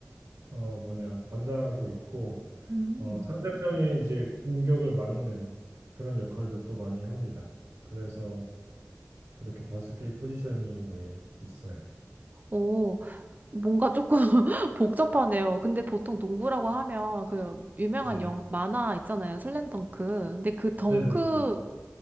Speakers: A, on the right; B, on the right.
A: 어 뭐냐 담당하고 있고
B: 음.
A: 어, 상대편의 이제 공격을 막는 그런 역할도 또 많이 합니다. 그래서 그렇게 다섯 개의 포지션이 네, 있어요.
B: 오, 뭔가 조금 <laughs> 복잡하네요. 근데 보통 농구라고 하면 그 유명한
A: 네.
B: 영, 만화 있잖아요. 슬램덩크. 근데 그 덩크
A: 네네네네.